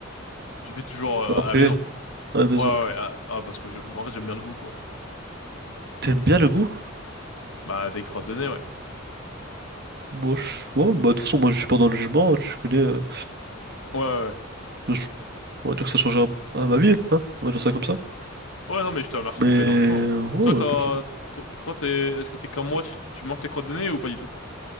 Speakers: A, on the left (about 80°); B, on the right (about 50°).
A: je le fais toujours euh,
B: en
A: à
B: privé,
A: la maison.
B: à la maison.
A: Ouais, ouais,
B: ok.
A: ouais. Ah, ah, parce que je, en fait, j'aime bien le goût, quoi.
B: T'aimes bien le goût?
A: Bah, des crottes de nez, ouais.
B: Moi, je- ouais, bah, de toute façon, moi, je suis pas dans le jugement, hein, tu connais. euh,
A: Ouais, ouais, ouais.
B: je- on va dire que ça change à, à ma vie, hein, on va dire ça comme ça.
A: Ouais, non, mais je te remercie
B: Mais,
A: de pas être dans le jument, ouais.
B: ouais,
A: Toi, t'as,
B: pas, de-
A: to- toi, t'es, est-ce que t'es comme moi, tu, tu manges tes crottes de nez ou pas du tout?